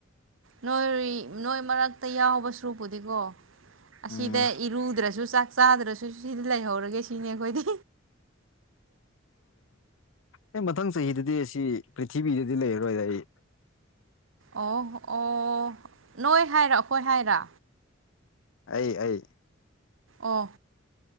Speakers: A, on the right (about 85°); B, on the left (about 85°).
A: ꯅꯣꯏ ꯅꯣꯏ ꯃꯔꯛꯇ ꯌꯥꯎꯕ ꯁꯨꯄꯨꯗꯤꯀꯣ ꯑꯁꯤꯗ
B: ꯎꯝ
A: ꯏꯔꯨꯗ꯭ꯔꯁꯨ ꯆꯥꯛ ꯆꯗ꯭ꯔꯁꯨ ꯁꯤꯗ ꯂꯩꯍꯧꯔꯒꯦ ꯁꯤꯅꯤ ꯑꯩꯈꯣꯏꯗꯤ
B: ꯑꯦ ꯃꯊꯪ ꯆꯍꯤꯗꯗꯤ ꯑꯁꯤ ꯄ꯭ꯔꯤꯊꯤꯕꯤꯗꯗꯤ ꯂꯩꯔꯔꯣꯏꯗ ꯑꯩ
A: ꯑꯣ ꯑꯣ ꯅꯣꯏ ꯍꯥꯏꯔ ꯑꯩꯈꯣꯏ ꯍꯥꯏꯔ
B: ꯑꯩ ꯑꯩ
A: ꯑꯣ